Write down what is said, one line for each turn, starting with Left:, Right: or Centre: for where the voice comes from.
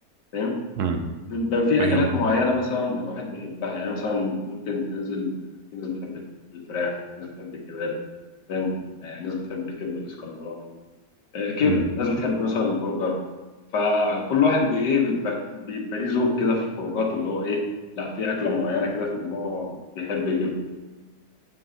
Left: فاهم
Right: مم.
Left: بيبقى في
Right: فاهم
Left: اكلات معينه مثلا الواحد بيحبها يعني مثلا ممكن تنزل في ناس بتحب الفراخ ناس بتحب الكباب فاهم آه، ناس بتحب الكبده الاسكندراني آه، كده
Right: مم.
Left: ناس بتحب مثلا البرجر فكل واحد بي- ايه بيبقى بيبقى ليه ذوق كده في الخروجات اللي هو ايه لا في اكله معينه كده في دماغه بيحب يجيبها